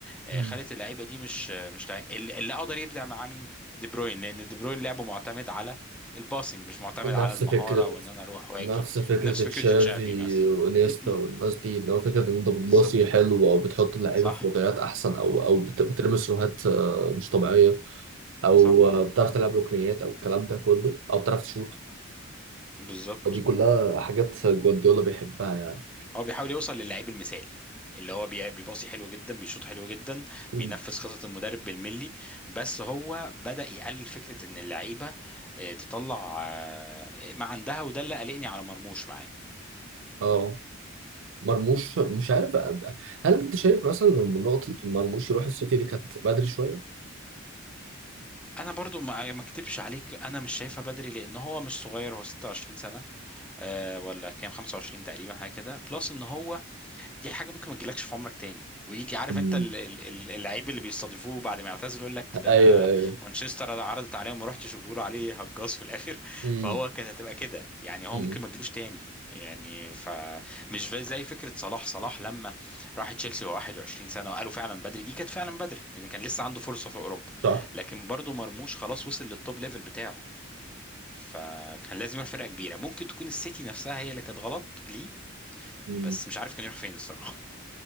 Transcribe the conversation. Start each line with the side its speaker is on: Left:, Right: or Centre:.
Centre: آه،
Right: مم.
Centre: خلت اللعيبه دي مش آه، مش تع- اللي اللي قدر يبدع معاه مين دي بروين لان دي بروين لعبه معتمد على الباسنج مش معتمد
Right: نفس
Centre: على المهاره
Right: فكرة
Centre: وان انا اروح واجي
Right: نفس فكرة
Centre: نفس
Right: تشافي
Centre: فكره تشافي مثلا
Right: وانيستا
Centre: <laughs>
Right: والناس دي ان هو فكرة ان انت بتباصي
Centre: بالظبط
Right: حلو او بتحط اللعيبة
Centre: صح
Right: في وضعيات احسن او او بت- بترمي سروهات آه، مش طبيعية او
Centre: صح
Right: آه، بتعرف تلعب ركنيات او الكلام ده كله
Centre: مم.
Right: او بتعرف تشوط
Centre: بالظبط
Right: دي كلها حاجات جوارديولا بيحبها
Centre: مم.
Right: يعني
Centre: هو بيحاول يوصل للعيب المثالي اللي هو بي- بيباصي حلو جدا بيشوط حلو جدا
Right: مم.
Centre: بينفذ خطط المدرب بالملي بس هو بدأ يقلل فكرة ان اللعيبة آه، تطلع آه، ما عندها وده اللي قلقني على مرموش معاه
Right: اه مرموش مش عارف هل انت شايف مثلا ان نقطة مرموش يروح السيتي دي كانت بدري شوية؟
Centre: انا برضو ما ما اكدبش عليك انا مش شايفها بدري لان هو مش صغير هو 26 سنه آه ولا كام 25 تقريبا حاجه كده بلس ان هو دي حاجه ممكن ما تجيلكش في عمرك تاني ويجي عارف
Right: مم.
Centre: انت ال- ال- ال- اللعيب اللي بيستضيفوه بعد ما يعتزل يقول لك ده
Right: ايوه
Centre: انا
Right: ايوه
Centre: مانشستر عرضت عليه وما رحتش وبيقولوا عليه هجاص في الاخر <laughs>
Right: امم
Centre: فهو كانت هتبقى كده يعني هو
Right: امم
Centre: ممكن ما تجيلوش تاني يعني فمش زي زي فكره صلاح صلاح لما راح تشيلسي وهو 21 سنه وقالوا فعلا بدري دي كانت فعلا بدري يعني كان لسه عنده فرصه في اوروبا
Right: صح
Centre: لكن برضه مرموش خلاص وصل للتوب ليفل بتاعه فكان لازم يروح فرقه كبيره ممكن تكون السيتي نفسها هي اللي كانت غلط ليه
Right: مم.
Centre: بس مش عارف كان يروح فين الصراحه